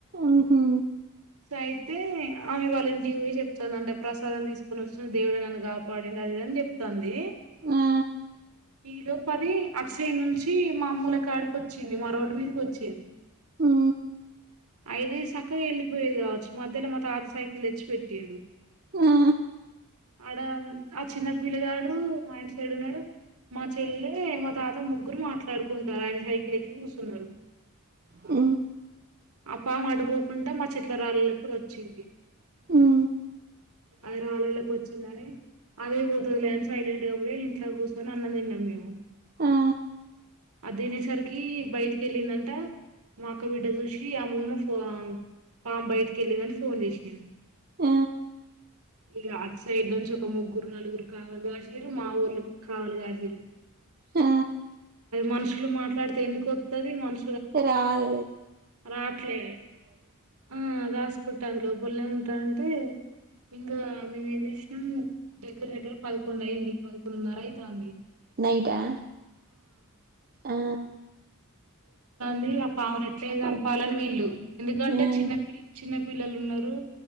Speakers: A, on the right; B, on the right.
A: ఉహు
B: సో అయితే ఆమె వాళ్ళంటివే చెప్తాంది అంట ప్రసాదం తీసుకొని వచ్చిన దేవుడే నన్ను కాపాడింది అదిదని చెప్తుంది
A: ఆ
B: ఈ లోపది అక్షయ నుంచి మామూల కాడకి వచ్చింది మా రోడ్డు మీదకి వచ్చి
A: ఉ
B: ఐద సక్కగా వెళ్ళిపోయేది కావచ్చు మధ్యలో మా తాత సైకిల్ తెచ్చి పెట్డు
A: ఆ
B: ఆడ ఆ చిన్న పిల్ల గడు ఆయన సైడున్నాడు మా చెల్లె మా తాత ముగ్గురు మాట్లాడుకుంటారు ఆయన సైకిల్ ఎక్కి కూర్చున్నారు
A: అ
B: ఆ పాము అడుపోకుండా మా చెట్ల రాళ్ళకి వచ్చింది
A: ఉ
B: అది రాళ్ళళ్ళకి వచ్చిందని అదే పోతుంది లేని సైలెంట్ గా పోయి ఇంట్లో కూర్చొని అన్నం తిన్నాం మేము
A: ఆ
B: అది తినేసరికి బయటికి వెళ్ళిందంట మా అక్క బిడ్డ చూసి అమ్మ ఫో పామ్ బయటికి వెళ్ళిందని ఫోన్ చేసిను
A: ఆ
B: ఇ అత్ సైడ్ నుంచి ఒక ముగ్గురు నలుగురు కావాలి కాశీలు మా ఊర్ళ కావాలి కాశీలు
A: ఆ
B: మనుషులు మాట్లాడితే ఎందుకుస్తుది మను
A: సరే అద
B: రాట్లే ఆ దాసుకు త లోపలనే ఉంటానంటే ఇంకా మేము ఏం చేసినాం దగ్గర దగ్గర పదకొండు అయింది పదకొడున్నర అవుతుంది
A: నైటా ఆ
B: ది ఆ పామున ఎట్లంది పాలన వీల్ళలు ఎందుకంటే
A: ఉమ్
B: చిన్నపిల్ చిన్నపిల్ పిల్లలు ఉన్నారు